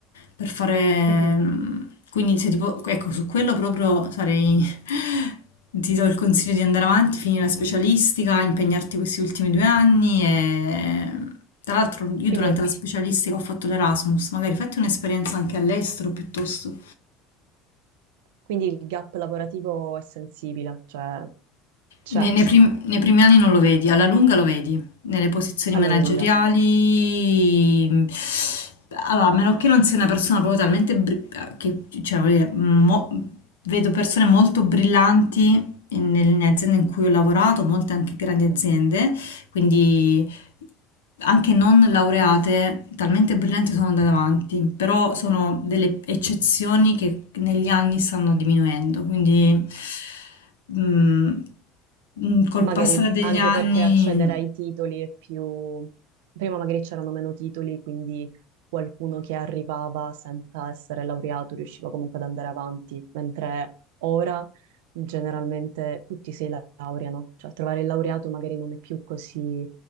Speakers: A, on the left; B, on the right.
A: per fare...
B: <laughs>
A: mm, Quindi se tipo, ecco, su quello proprio sarei... <laughs> Ti do il consiglio di andare avanti, finire la specialistica, impegnarti questi ultimi due anni e... Tra l'altro io
B: Quindi,
A: durante la specialistica ho fatto l'Erasmus, magari fatti un'esperienza anche all'estero piuttosto.
B: quindi il gap lavorativo è sensibile, cioè c'è
A: Nei, nei prim- nei primi anni non lo vedi, alla lunga lo vedi, nelle posizioni
B: alla
A: manageriali.
B: lunga.
A: mh, Allora, a meno che non sia una persona proprio talmente... bri- che, cioè, voglio dire, mo- vedo persone molto brillanti in- nelle aziende in cui ho lavorato, molte anche grandi aziende, quindi anche non laureate, talmente brillanti sono andate avanti, però sono delle eccezioni che negli anni stanno diminuendo, quindi mm, mm, col
B: Magari
A: passare degli
B: anche
A: anni
B: perché accedere ai titoli è più... Prima magari c'erano meno titoli, quindi qualcuno che arrivava senza essere laureato riusciva comunque ad andare avanti, mentre ora generalmente tutti si laureano, cioè trovare il laureato magari non è più così